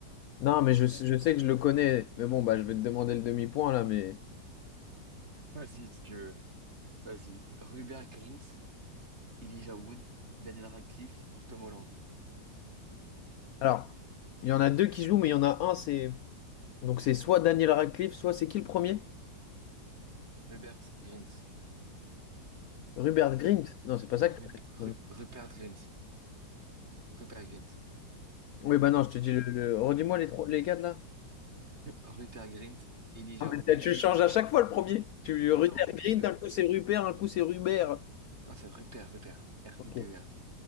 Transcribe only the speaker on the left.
non, mais je, sais- je sais que je le connais. Mais bon, bah, je vais te demander le demi-point là, mais.
Alors, il y en a deux qui jouent, mais il y en a un, c'est. Donc c'est soit Daniel Radcliffe, soit c'est qui le premier?
Rupert Grint. Non, c'est pas ça
que.
Ouais.
Oui, bah non, je te dis le, le- Redis-moi les trois, les quatre là.
Ah, mais
t'as- tu changes à chaque fois le premier. Tu
Rupert
Grint,
un coup c'est Rupert, un coup c'est Rubert.
Ok.